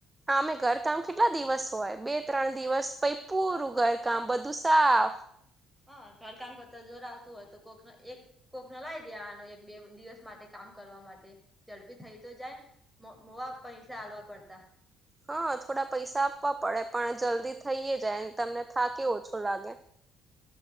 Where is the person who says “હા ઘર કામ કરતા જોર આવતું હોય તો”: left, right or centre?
Centre